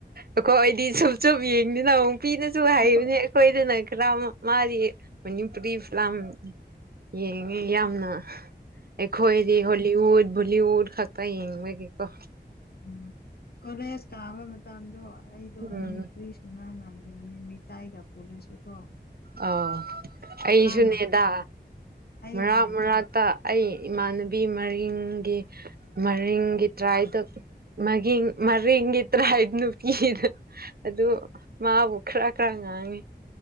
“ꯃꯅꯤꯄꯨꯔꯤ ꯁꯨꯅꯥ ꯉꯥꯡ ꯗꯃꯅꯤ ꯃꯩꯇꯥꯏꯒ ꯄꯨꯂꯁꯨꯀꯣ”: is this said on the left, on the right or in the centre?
Left